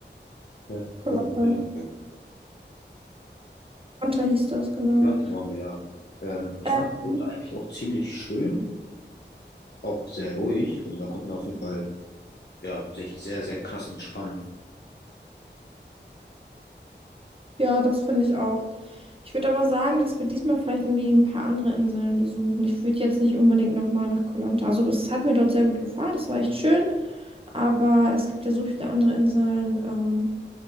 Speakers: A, on the left; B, on the right.
A: äh,
B: Koh
A: wo
B: Lanta.
A: waren wir noch? Äh,
B: hieß das, genau.
A: Atlanta waren wir ja. Ähm, ich
B: Ähm,
A: fand die Route eigentlich auch ziemlich schön, auch sehr ruhig. Also da kommt man auf jeden Fall, ja, sich sehr, sehr krass entspannen.
B: ja, das finde ich auch. Ich würde aber sagen, dass wir diesmal vielleicht irgendwie ein paar andere Inseln besuchen. Ich würde jetzt nicht unbedingt nochmal nach Koh Lanta. Also es hat mir dort sehr gut gefallen, es war echt schön. Aber es gibt ja so viele andere Inseln. Ähm,